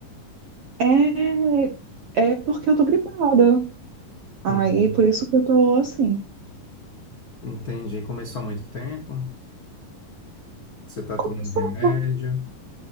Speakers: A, on the right; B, on the left.
A: É, é porque eu tô gripada. Aí,
B: Uhum.
A: é por isso que eu tô assim.
B: Entendi. Começou há muito tempo? Você tá tomando
A: Começou.
B: remédio?